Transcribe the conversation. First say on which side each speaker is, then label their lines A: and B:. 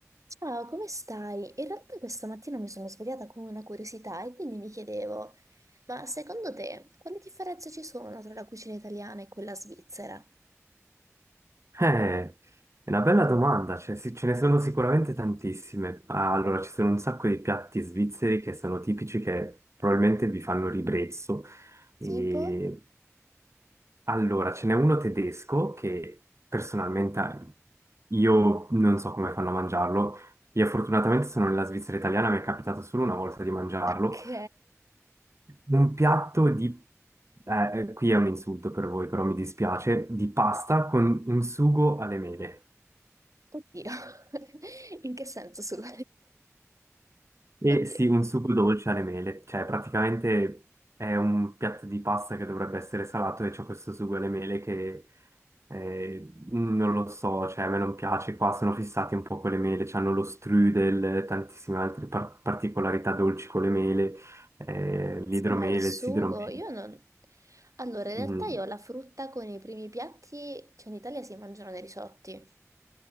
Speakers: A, on the right (about 80°); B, on the right (about 60°).
A: Ciao, come stai? In realtà questa mattina mi sono svegliata con una curiosità e quindi mi chiedevo, ma secondo te quali differenze ci sono tra la cucina italiana e quella svizzera?
B: Eh, è una bella domanda, cioè, sì, ce ne sono sicuramente tantissime. Ah, Allora, ci sono un sacco di piatti svizzeri che sono tipici, che probabilmente vi fanno ribrezzo. E
A: Tipo?
B: allora, ce n'è uno tedesco che personalmente io non so come fanno a mangiarlo. Io fortunatamente sono nella Svizzera italiana, mi è capitato solo una volta di mangiarlo.
A: Ok.
B: Un piatto di... eh, eh, qui è un insulto per voi, però mi dispiace, di pasta con un sugo alle mele.
A: Oddio. <laughs> In che senso sugo?
B: E
A: <laughs> Oddio.
B: sì, un sugo dolce alle mele, cioè praticamente è un piatto di pasta che dovrebbe essere salato e c'è questo sugo alle mele che eh, non lo so, cioè a me non piace, qua sono fissati un po' con le mele, hanno lo strudel, tantissime altre par- particolarità dolci con le mele, eh, l'idromele,
A: Sì, ma il sugo,
B: il sidromele.
A: io non... Allora, in realtà
B: Mm,
A: io la frutta con i primi piatti, cioè in Italia si mangiano nei risotti.